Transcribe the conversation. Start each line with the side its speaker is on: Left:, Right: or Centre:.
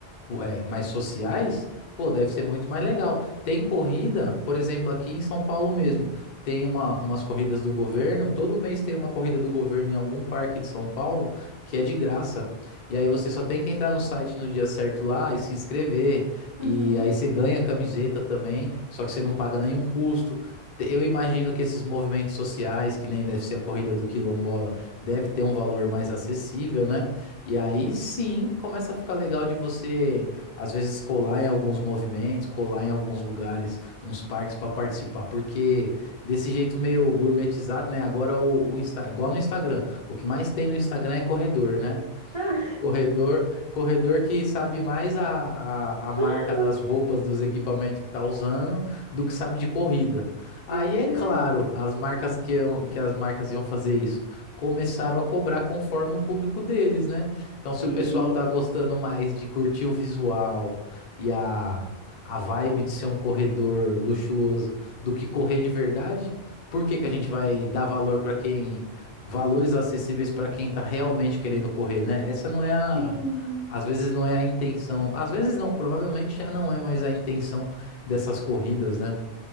Left: pô, é, mais sociais, pô, deve ser muito mais legal. Tem corrida, por exemplo, aqui em São Paulo mesmo, tem uma, umas corridas do governo, todo mês tem uma corrida do governo em algum parque de São Paulo que é de graça. E aí você só tem que entrar no site no dia certo lá e se inscrever.
Right: Uhum.
Left: E aí você ganha a camiseta também, só que você não paga nenhum custo. Eu imagino que esses movimentos sociais, que nem deve ser a corrida do quilombola, deve ter um valor mais acessível, né? E aí sim começa a ficar legal de você, às vezes, colar em alguns movimentos, colar em alguns lugares, uns parques para participar, porque desse jeito meio gourmetizado, né? Agora o, o Insta, igual no Instagram, o que mais tem no Instagram é corredor, né?
Right: Ah,
Left: Corredor, corredor que sabe mais a, a, a marca
Right: <laughs>
Left: das roupas, dos equipamentos que tá usando, do que sabe de corrida. Aí
Right: meu
Left: é
Right: Deus.
Left: claro, as marcas que, iam- que as marcas iam fazer isso começaram a cobrar conforme o público deles, né? Então, se
Right: Sim,
Left: o pessoal tá gostando mais de curtir o visual e a, a vibe de ser um corredor luxuoso do que correr de verdade, por que que a gente vai dar valor para quem valores acessíveis para quem está realmente querendo correr, né? Essa não é a.
Right: sim.
Left: Às vezes não é a intenção. Às vezes não, provavelmente já não é mais a intenção dessas corridas, né?